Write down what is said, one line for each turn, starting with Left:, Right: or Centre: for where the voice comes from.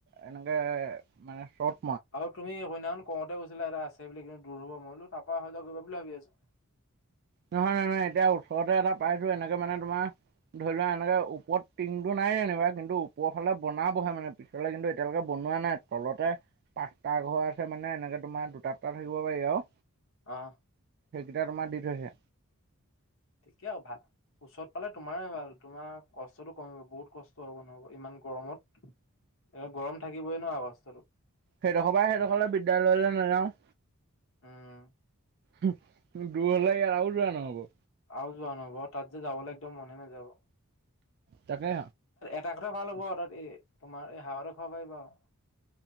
Right: এনেকে মানে শৰ্ট
Left: আৰু তুমি সেনাখন কওঁতে কৈছিলা এটা আছে বুলি কিন্তু দূৰ হ'ব। মই বোলো তাপা অহা যোৱা কৰিব বুলি ভাবি আছো।
Right: নহয় নহয় নহয় এতিয়া ওচৰতে এটা পাইছো এনেকে মানে তোমাৰ ধৰি লোৱা এনেকে ওপত টিং টো নাই যেনিবা কিন্তু ওপৰ ফালে বন বহে মানে পিছলে কিন্তু এতিয়ালৈকে ব শুনোৱা নাই তলতে পাঁচটা ঘৰ আছে মানে এনেকে তোমাৰ দুটাটা থাকিব পাৰি আৰু
Left: আহ
Right: এতিয়া তোমাৰ দি থৈছে
Left: কে ভাল ওচৰত পালে তোমাৰ ভাল তোমাৰ কষ্টতটো কমিব বহুত কষ্ট হ'ব নহব ইমান গৰমত এ গৰম থাকিবই নোৱাৰ অগস্থো
Right: সেইডোখৰ পৰা সেইডোখৰ বিদ্যালয়লৈ নাযাও
Left: উম
Right: দূৰ হলে ইয়াৰ আৰু যোৱা নহ'ব
Left: আৰু যোৱা নব তাত যে যাবলৈ একদম মনে নাযাব
Right: তাকে
Left: তাকতো ভাল হ'ব আৰু তাত এই তোমাৰ এই হাৱাতো খাব পাৰিব আও